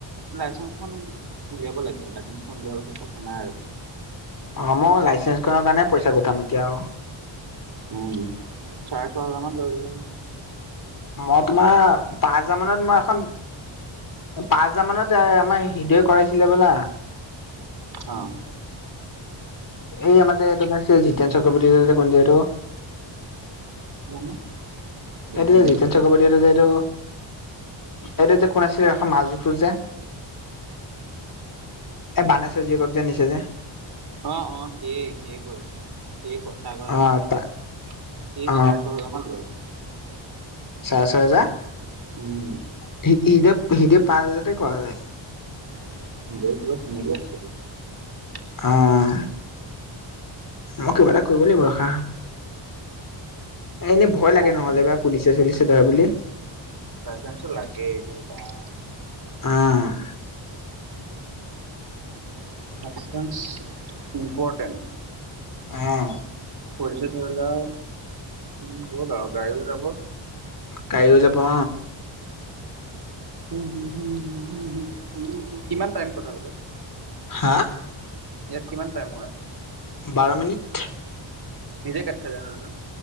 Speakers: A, on the right (about 50°); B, on the left (about 40°).
A: লাইচেন্স খন উলিয়াব লাগে লাইচেন্স খন কথা নাই আৰু।
B: অ মই লাইচেন্সখনৰ কাৰণে পইচা গোটাম এতিয়া আৰু।
A: উম চাৰে ছয় হাজাৰ মান ল য
B: মই তোমাৰ পাঁচ হাজাৰ মানত মই এখন পাঁচ হাজাৰ মানত আমাৰ হৃদয় কৰাইছিলে বোলে।
A: অ
B: এই আমাৰ যে এইটো জিতেন চক্ৰৱৰ্তী কোন যে এইটো?
A: <inaudible>
B: এইটো যে জিতেন
A: ক'ত কৰিব
B: চক্ৰৱৰ্তী যে এইটো এইটো যে কোন আছিলে মাজুটো যে এই বানেশ্বৰ জীয়েকক যে নিছে যে
A: অ' অ' সে সে কৈছে স কটা কৰাৰ
B: অ
A: কথা কৈছে,
B: তা
A: সি
B: অ
A: চাৰে ছহেজাৰ মানে লয়।
B: চাৰে ছয় হেজাৰ?
A: উম।
B: <unintelligible> পাঁচ হাজাৰতে কৰা যায়।
A: <inaudible>
B: আহ। মই কিবা এটা কৰিব লাগিব ৰখা। এ এনেই ভয় লাগে
A: খুব
B: নহ'লে বা পুলিচ-চুলিছে ধৰা বুলি।
A: <unintelligible>
B: অ'।
A: <unintelligible> ইম্পৰ্টেণ্ট।
B: আহ।
A: পুলিচে ধৰিলে আৰু উম গ'ল আৰু গাড়ীও যাব।
B: গাড়ীও যাব ও।
A: উম হম হ হ কিমান টাইম কথা পাতে?
B: হা?
A: ইয়াত কিমান টাইম হয়?
B: বাৰ মিনিট।
A: নিজে কাট খাই যায় ন?